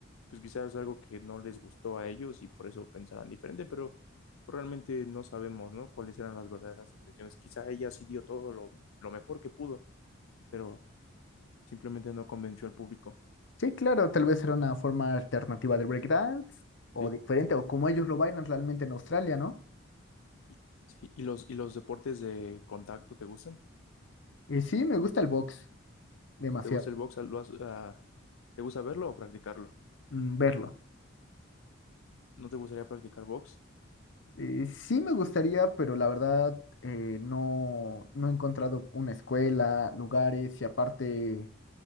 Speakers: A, on the left; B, on the left.
A: pues quizás algo que no les gustó a ellos y por eso pensarán diferente, pero pues, realmente no sabemos, ¿no? Cuáles eran las verdaderas intenciones. Quizá ella sí dio todo lo, lo mejor que pudo, pero simplemente no convenció al público,
B: Sí, claro, tal vez era una forma alternativa del breakdance o
A: ¿sí?
B: diferente, o como ellos lo bailan realmente en Australia, ¿no?
A: Y- Sí, ¿y los, y los deportes de contacto te gustan?
B: Y sí, me gusta el box demasiado,
A: ¿Te gusta el box? ¿Lo has- ah, ¿te gusta verlo o practicarlo?
B: mm, verlo.
A: ¿No te gustaría practicar box?
B: Y sí me gustaría, pero la verdad eh, no, no he encontrado una escuela, lugares y aparte